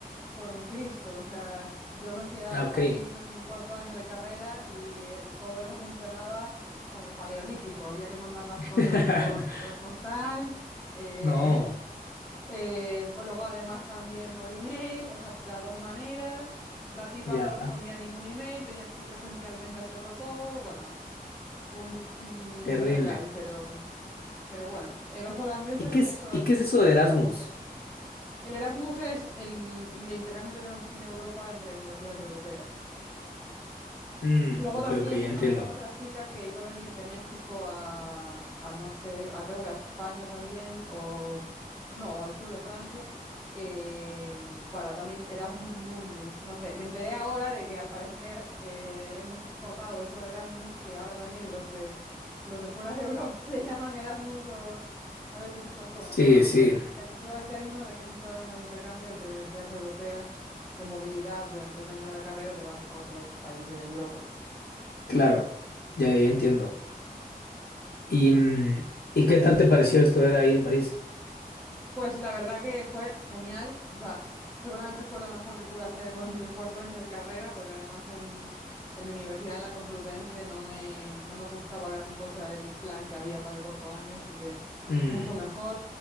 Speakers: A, in the centre; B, on the left (about 85°).
A: fue un Cristo. O sea, yo me fui a
B: Ah, ok.
A: París en mi cuarto año de carrera y eh, todo eso funcionaba como el paleolítico. Había que mandar las
B: <laughs>
A: cosas por correo postal, eh,
B: No,
A: <laughs> eh, luego además también por email, o sea, de las dos maneras. La tipa
B: ya,
A: no respondía a ningún email, tenías que ir presencialmente a hacerlo todo. Bueno, un, un,
B: terrible.
A: un percal, pero, pero bueno, eh, los holandeses
B: ¿Y qué
A: en
B: es,
A: eso,
B: y
A: yo-
B: qué es eso
A: bueno,
B: de Erasmus?
A: seguramente el Erasmus es el, el intercambio que tenemos aquí en Europa entre universidades europeas.
B: Mm,
A: Y luego
B: ok,
A: también
B: ok, ya entiendo.
A: hablé con otra chica que iba a venir de México a, a no sé, a creo que a España también, o no, al sur de Francia, eh, para también Erasmus Mundus. No sé, me enteré ahora de que al parecer eh, hemos exportado eso de Erasmus y ahora también los de, los de fuera de Europa <laughs> le llaman Erasmus o a veces estas cosas.
B: Sí,
A: Pero bueno,
B: sí,
A: eh, nació el término de que es un programa de intercambio entre universidades europeas de movilidad durante un año de la carrera, te vas a otro país de Europa.
B: claro, ya, ya entiendo. ¿Y, mm, ¿y qué tal te pareció estudiar ahí en París?
A: Pues la verdad que fue genial, o sea, seguramente fue lo mejor que pude hacer con el cuarto año de carrera, porque además en, en mi universidad, en la Complutense, no me, no me gustaba gran cosa el plan que había para el cuarto año, así que
B: Mm,
A: mucho mejor.